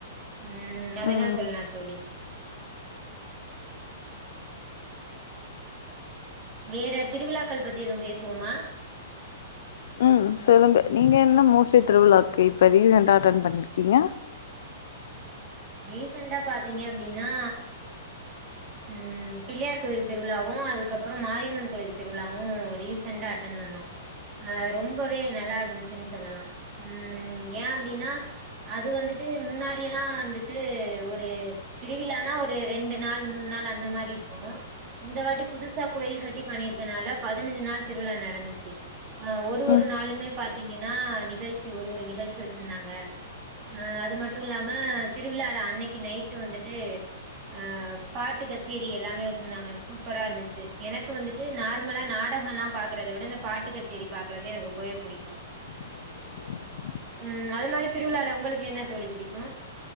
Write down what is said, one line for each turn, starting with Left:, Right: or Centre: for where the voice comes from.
Right: ம் அதல்லா
Left: ம்
Right: சொல்லலா தோழி வேற திருவிழாக்கள் பத்தி எதுவு பேசுவோமா
Left: ம் சொல்லுங்க நீங்க என்ன மூர்சைட் திருவிழாவுக்கு இப்ப ரீசண்டா அட்டன் பண்ணிருக்கீங்க
Right: ரீசன்டா பாத்தீங்க அப்டினா ம் பிள்ளையார் கோயில் திருவிழாவு அதுக்கப்பறோ மாரியம்மன் கோயில் திருவிழாவு ரீசண்டா அட்டன் பண்ணோ அ ரொம்பவே நல்லா இருந்துச்சுன் சொல்லலா ம் ஏ அப்டினா அது வந்துட்டு முன்னாடியெல்லா வந்துட் டு ஒரு திருவிழானா ஒரு ரெண்டு நாள் மூணு நாள் அந்த மாரி இருக்கு இந்த வாட்டி புதுசா கோயில் கட்டி பண்ணியிருக்கனால பதினஞ்சு நாள் திருவிழா நடந்துச்சு ஆ ஒரு ஒரு
Left: ம்
Right: நாளுமே பாத்தீங்கன்னா நிகழ்ச்சி ஒரு ஒரு நிகழ்ச்சி வச்சிந்தாங்க அ அது மட்டு இல்லாம திருவிழால அன்னைக்கு நைட்டு வந்துட்டு ஆ பாட்டு கச்சேரி எல்லாமே வச்சிருந்தாங்க சூப்பரா இருந்துச்சு எனக்கு வந்துட்டு நார்மலா நாடகல்லா பாக்கறத விட இந்த பாட்டு கச்சேரி பாக்குறது எனக்கு ரொம்பவே புடிக்கு
Left: <inaudible>
Right: ம் அது மாரி திருவிழால உங்களுக்கு என்ன தோழி புடிக்கும்